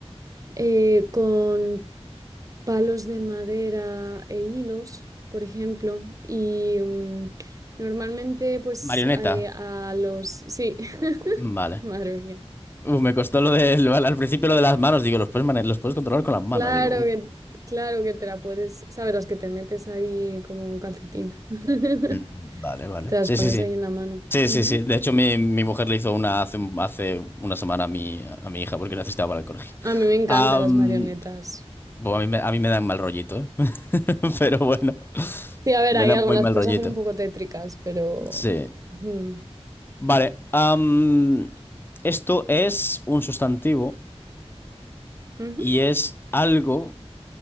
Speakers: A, on the right (about 30°); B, on the left (about 20°).
A: eh, con palos de madera e hilos, por ejemplo, y mm, normalmente pues
B: Marioneta.
A: eh, a los... Sí, <laughs>
B: Vale.
A: madre mía.
B: Uf, me costó lo de, lo- al principio lo de las manos. Digo, los puedes, mane- los puedes controlar con las manos.
A: Claro
B: Digo, uy.
A: que, claro que te la puedes, ¿sabes? Las que te metes ahí como un calcetín, <laughs> que
B: Mm, Vale, vale.
A: te las
B: Sí,
A: pones
B: sí, sí.
A: ahí en la mano.
B: Sí,
A: Ujú.
B: sí, sí. De hecho, mi, mi mujer le hizo una hace, un- hace una semana a mi, a mi hija porque necesitaba para el colegio.
A: A mí me encantan
B: Am,
A: las marionetas.
B: bueno, a mí, me- a mí me dan mal rollito, ¿eh? <laughs> Pero bueno,
A: Sí, a ver,
B: me
A: hay
B: dan
A: algo,
B: muy
A: las
B: mal
A: puedes
B: rollito.
A: hacer un poco tétricas, pero...
B: Sí.
A: mm.
B: Vale. am, esto es un sustantivo
A: Ujú.
B: y es algo...